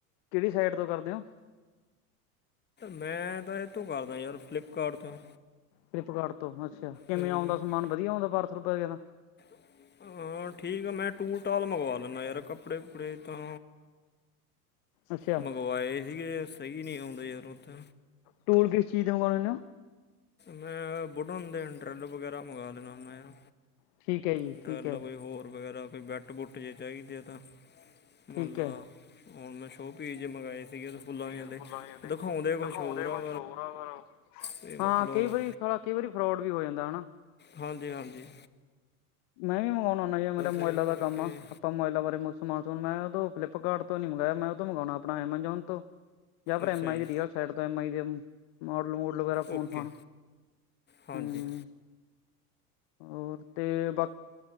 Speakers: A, on the left; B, on the left.
A: ਕਿਹੜੀ ਸਾਈਡ ਤੋਂ ਕਰਦੇ ਹੋ
B: ਮੈਂ ਤਾਂ ਇਤੋਂ ਕਰਦਾ ਯਾਰ ਫਲਿੱਪਕਾਰਡ ਤੋਂ
A: ਫਲਿੱਪਕਾਰਟ ਤੋਂ ਅੱਛਾ, ਕਿਵੇਂ
B: ਹੂੰ
A: ਆਉਂਦਾ ਸਮਾਨ ਬਦੀਆ ਆਉਂਦਾ ਪਾਰਸਲ ਪੈ ਗੇਆ ਤਾਂ?
B: <unintelligible> ਹਾਂ ਠੀਕ ਆ ਮੈਂ ਟੂਲ ਟਾਲ ਮੰਗਵਾ ਲੈਂਦਾ ਯਾਰ ਕੱਪੜੇ ਕੁੱਪੜੇ ਤਾਂ
A: ਅੱਛਾ
B: ਮੰਗਵਾਏ ਸੀਗੇ ਸਹੀ ਨਹੀਂ ਆਉਂਦੇ ਯਾਰ ਉੱਥੇ
A: ਟੂਲ ਕਿਸ ਚੀਜ਼ ਮੰਗਵਾ ਨਾ
B: ਮੈਂ ਬੂਡਨ ਦੇ ਅੰਡਰ ਵਗੈਰਾ ਮੰਗਾਵਾ ਲੈਦਾ ਹੁੰਦਾ ਆ
A: ਠੀਕ ਹੈ ਜੀ
B: ਡ੍ਰੈਲ
A: ਠੀਕ ਹੈ
B: ਕੋਈ ਹੋਰ ਵਗੈਰਾ, ਕੋਈ ਬੈਟ-ਬੁੱਟ ਜੇ ਚਾਈਦੇ ਆ ਤਾਂ ਮਾਨਲਾ
A: ਠੀਕ ਹੈ
B: ਹੋਨ ਮੈਂ ਸ਼ੋਅ ਪੀਸ ਜੇ ਮੰਗਾਏ ਸੀਗੇ ਫੁੱਲਾਂ
A: ਤੇ
B: ਜਿਹੇ ਦੇ
A: ਫੁੱਲਾਂ ਜੇਆਂ ਤੇ,
B: ਦਿਖਾਉਂਦੇ ਕੁਛ
A: ਦਿਖਾਔਦੇ
B: ਹੋਰ ਆ
A: ਕੋਛ ਹੋਰ ਆ ਪਰ
B: ਤੇ ਮਤਲਬ
A: ਹਾਂ ਕਈ ਵਾਰੀ ਕਈ ਵਾਰੀ ਫਰੋਡ ਵੀ ਹੋ ਜਾਂਦਾ ਹੇਨਾ
B: ਹਾਂਜੀ-ਹਾਂਜੀ।
A: ਮੈਂ ਵੀ ਮੰਗਵਾਉਣਾ ਆਨਾ ਜ ਮੇਰੇ
B: ਇਹ
A: ਮੋਬਲ ਦਾ
B: ਕਰਕੇ
A: ਕੰਮ ਆ ਆਪਾਂ ਮੋਬਾਇਲਾ ਬਾਰੇ ਸਮਾਨ ਸੂਮੂਨ ਮੈਂ ਓਤੋ ਫਲੇਪਕਾਟ ਤੋਂ ਨੀ ਮੰਗਾਯਾ ਮੈਂ ਓ ਤੋਂ ਮੰਗੌਨਾ ਆਪਣਾ ਐਮਾਜੋਨ ਤੋਂ। ਜਾਂ ਫਿਰ
B: ਅੱਛਾ
A: ੲਮ ਆਈ
B: ਜੀ
A: ਰੀਅਲ ਸਾਈਡ ਤੇ ਐਮ ਆਈ ਦੇ ਮੋਡਲਡਲ ਵੈਰਾ ਫੋਨ
B: ਓਕੇ
A: ਫੋਨ
B: ਹਾਂਜੀ
A: ਹੂੰ, ਹੋਰ ਤੇ